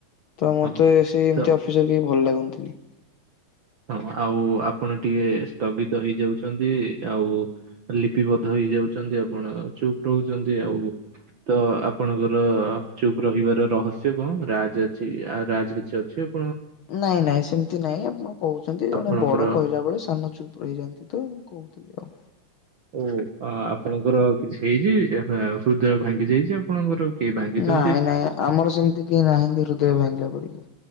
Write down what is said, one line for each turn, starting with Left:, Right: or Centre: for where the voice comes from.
Left: ତ ମତେ
Right: ହଁ।
Left: ସେମତିଆ
Right: ତ
Left: ଅଫିସର୍ କେଇ ଭଲ ଲାଗନ୍ତିନି।
Right: ହଁ ଆଉ ଆପଣ ଟିକେ ସ୍ଥଗିତ ହେଇଯାଉଚନ୍ତି। ଆଉ ଲିପିବଦ୍ଧ ହେଇଯାଉ ଯାଉଚନ୍ତି ଆପଣ ଚୁପ୍ ରହୁଚନ୍ତି ଆଉ ତ ଆପଣଙ୍କର ଚୁପ୍ ରହିବାର ରହସ୍ୟ କଣ ରାଜ୍ ଅଛି ଆ ରାଜ୍ କିଛି ଅଛି ଆପ
Left: ନାଇଁ ନାଇଁ ସେମିତି ନାଇଁ ଆପଣ କହୁ ଚନ୍ତି ଜଣେ
Right: ଆପଣଙ୍କର
Left: ବଡ କହିଲା ବେଳେ ସାନ ଚୁପ ହେଇଯାନ୍ତି ତ ମୁଁ କହୁଥିଲି ଆଉ।
Right: ଓ ଆପଣଙ୍କର କିଛି ହେଇଛି ହୃଦୟ ଭାଙ୍ଗି ଯାଇଛି ଆପଣଙ୍କର? କିଏ ଭାଙ୍ଗିଛନ୍ତି
Left: ନାଇଁ ନାଇଁ ଆମର ସେମିତି କେହି ନାହାଁନ୍ତି ହୃଦୟ ଭାଙ୍ଗିଲା ପରିକା।